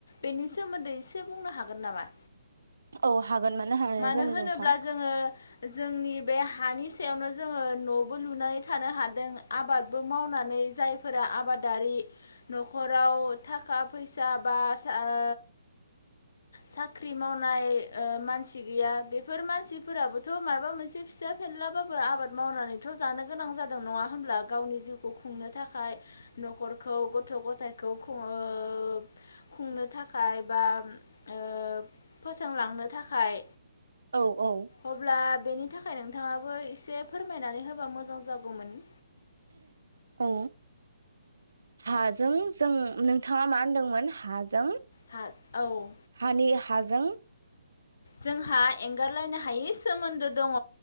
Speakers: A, on the left; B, on the right.
A: बेनि सो सोमोन्दै एसे बुंनो हागोन नामा?
B: औ हागोन हाया
A: मानो
B: जानो
A: होनोब्ला
B: नोंथां
A: जोङो जोंनि बे हानि सायावनो जोङो नबो लुनानै थानो‌ हादों आबादबो मावनानै जायफोरा आबादारि नखराव थाखाय फैसा बा सा ओ साख्रि मावनाय ओ‌ मानसि गैया बेफोर मानसिफोराबोथ माबा मोनसे फिसा फेनलाबाबो आबाद मावनानैथ जानो गोनां जादों नङा होमब्ला गावनि जिउखौ खुंनो थाखाय नखरखौ गथ गथायखौ खुङोब खुंनो थाखाय बा ओ फोथांलांनो थाखाय।
B: औ औ
A: अब्ला बेनि थाखाय नोंथाङाबो एसे फोरमायनानै होबा मोजां जागौमोन।
B: औ हाजों जों नोंथाङा मा होनदोंमोन हाजों
A: हा औ
B: हानि हाजों
A: जोंहा एंगारलायनो हायै सोमोन्दो दङ।